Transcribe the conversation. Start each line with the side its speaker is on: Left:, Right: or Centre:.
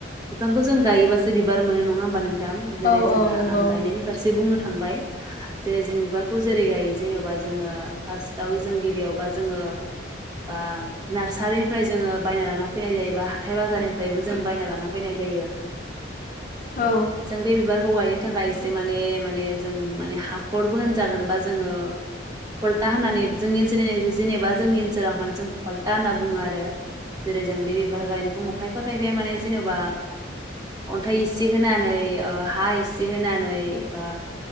Right: बिफांखौ जों गायोबासो बिबार मोनो नङा होमबा नों थां जेरै
Left: औ
Right: जोंहा
Left: औ नंगौ
Right: आं गायनायनि फारसे बुंनो थांबाय जेरै जों बिबारखौ जेरै गायो जेनेबा जों फासत आव जों गिबियावबा जों आं नारसारिफ्राय लाना फैनाय जायोंबा हाथाय बाजारनिफ्राय बायना लाना फैनाय जायो
Left: औ
Right: जों बे बिबारखौ गायनो थाखाय माने-माने जों हाखरबो जागोनबा जों ओ खलथा होनना जोंनि ओनसोलनि जेनेबा जोंनि ओनसोलाव जों खलथाहोना बुङो आरो जेरै जों बे बिबार गायनायखौ खायफा खायफाया मने जेनेबा अन्थाइ एसे होनानै हा इसे होनानै बा